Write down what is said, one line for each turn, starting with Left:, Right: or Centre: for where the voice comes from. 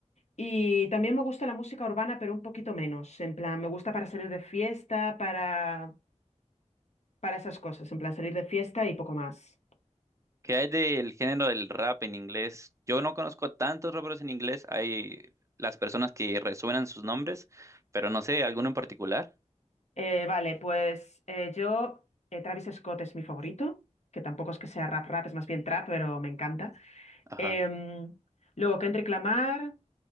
Left: Y también me gusta la música urbana, pero un poquito menos. En plan, me gusta para salir de fiesta, para, para esas cosas. En plan, salir de fiesta y poco más.
Right: ¿Qué hay del género del rap en inglés? Yo no conozco tantos raperos en inglés. Hay las personas que resuenan sus nombres, pero no sé, ¿alguno en particular?
Left: Eh, vale, pues eh, yo, eh, Travis Scott es mi favorito, que tampoco es que sea rap rap, es más bien trap, pero me encanta.
Right: Ajá.
Left: Em, luego Kendrick Lamar,